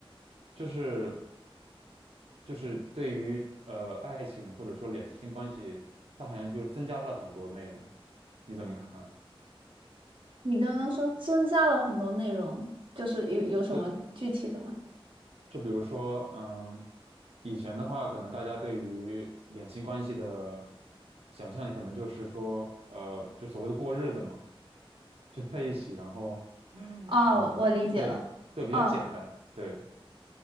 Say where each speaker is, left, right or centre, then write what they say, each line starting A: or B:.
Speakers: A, on the right (about 85°); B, on the right (about 55°).
A: 就是就是对于呃爱情或者说两性关系，它好像就是增加了很多内容，你怎么看？
B: 你刚刚说增加了很多内容，就是有有什么具体的吗？
A: 对，就比如说，嗯，以前的话，可能大家对于两性关系的想象，可能就是说，呃，就所谓的过日子嘛，就在一起，然后，嗯，
B: 哦，
A: 呃对对，
B: 我我理解了。
A: 比较简单，
B: 哦，
A: 对